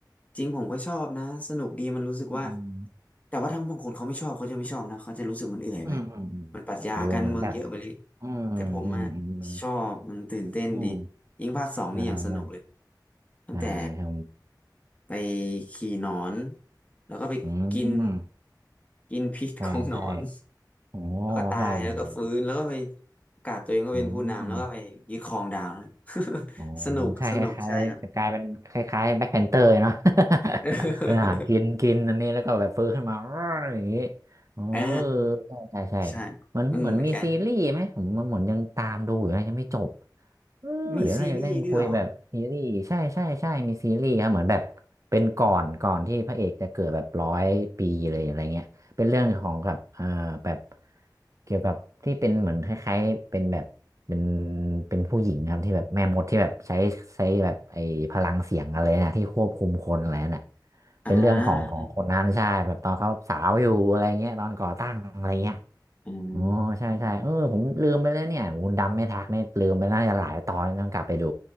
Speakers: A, on the left; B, on the right.
A: จริงผมก็ชอบนะสนุกดีมันรู้สึกว่า
B: อืม
A: แต่ว่าทั้งบางคนเขาไม่ชอบเขาจะไม่ชอบนะเขาจะรู้สึกมันเอื่อยไป
B: อืมอืมอืม
A: มันปรัชญาการเมืองเยอะไปเลย
B: ดูเหมือนแบบอืมอืมอืม
A: แต่ผมอะชอบมันตื่นเต้นดี
B: อืม
A: ยิ่งภาคสองนี่อย่างสนุกเลย
B: ใช่ใช่
A: ตั้งแต่
B: ใช่ครับผม
A: ไปขี่หนอนแล้วก็ไปกิน
B: อืม
A: กินพิษของหนอน
B: ใช่ใช่โอ้
A: แล้วก็ตายแล้วก็ฟื้นแล้วก็ไป
B: ใช่โอ้โห
A: ประกาศตัวเองว่าเป็นผู้นำแล้วก็ไปยึดครองดาวนะ
B: อืม อ๋อ
A: <laughs> สนุกสนุกใช่ครับ
B: ใช่คล้ายๆจะกลายเป็นคล้ายๆแบ็คแพนเตอร์เนาะ
A: <laughs>
B: <laughs> ไปหากินกินอันนี้แล้วก็แบบฟื้นขึ้นมา <laughs> อย่างนี้อ๋อเออ
A: อ่า
B: ใช่ใช่ใช่
A: ใช่
B: เหมือนเหมือนมีซีรีส์ไหมผมมันเหมือนยังตามดูอยู่นะยังไม่จบ
A: อืมเหมือนกัน
B: เออเดี๋ยวน่าจะได้มาคุยแบบซีรีส์ใช่ใช่ใช่มีซีรีส์ครับเหมือนแบบเป็นก่อนก่อนที่พระเอกจะเกิดแบบร้อยปีเลยอะไรเงี้ยเป็นเรื่องของกับอ่าแบบ
A: มีซีรีส์ด้วยเหรอ
B: เกี่ยวกับที่เป็นเหมือนคล้ายๆเป็นแบบเป็นเป็นผู้หญิงครับที่แบบแม่มดที่แบบใช้ใช้แบบไอ้พลังเสียงอะไรนะที่ควบคุมคนอะไรน่ะ
A: อ่
B: เป็นเรื่องของของคนนั้นใช่แบบตอนเขาสาวอยู่อะไรเงี้ยตอนก่อตั้งอะไรเงี้ย
A: าอืม
B: อ๋อใช่ใช่เออผมลืมไปแล้วเนี่ยโอ้นดำไม่ทักเนี่ยลืมไปน่าจะหลายตอนต้องกลับไปดู